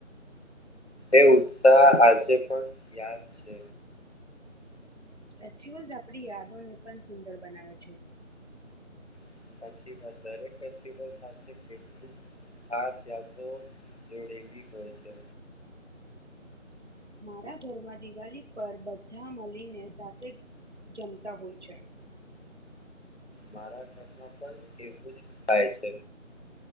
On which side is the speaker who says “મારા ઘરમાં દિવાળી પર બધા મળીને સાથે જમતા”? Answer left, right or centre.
Right